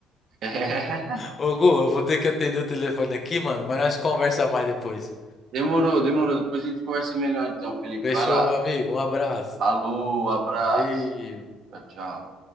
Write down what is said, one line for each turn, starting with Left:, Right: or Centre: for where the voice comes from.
Right: É. <laughs>
Left: Ô Gu, eu vou ter que atender o telefone aqui, mano, mas nós conversamos mais depois.
Right: Demorou, demorou. Depois a gente conversa melhor então, Felipe.
Left: Fechou,
Right: Vai lá.
Left: meu amigo? Um abraço.
Right: Falou, abraço.
Left: Valeu.
Right: Tchau, tchau.